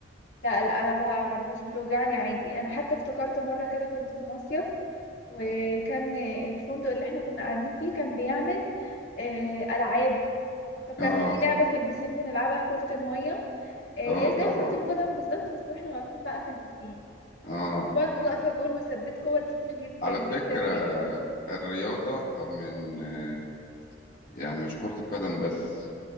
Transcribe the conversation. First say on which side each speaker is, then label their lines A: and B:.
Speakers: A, on the left; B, on the left.
A: لا لا انا بها مش بتوجعني عادي انا حتى افتكرت مره كده كنت في مصيف وكان الفندق اللي احنا كنا قاعدين فيه كان بيعمل آه، العاب فكان
B: اه
A: في لعبه في البسين بنلعبها كره الميه آه،
B: اه
A: هي
B: طبعا
A: زي كره القدم بالظبط بس واحنا واقفين بقى في البسين
B: اه
A: فكنت برضو
B: آه.
A: واقفه جول وسددت كور كتير جدا
B: على
A: جدا
B: فكرة
A: جدا
B: الرياضة من آه، يعني مش كرة القدم بس